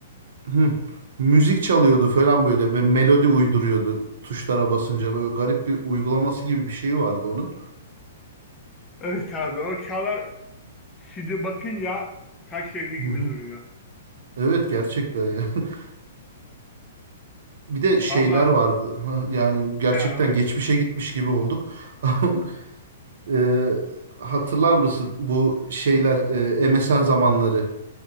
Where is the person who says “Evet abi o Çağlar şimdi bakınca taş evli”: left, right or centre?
Left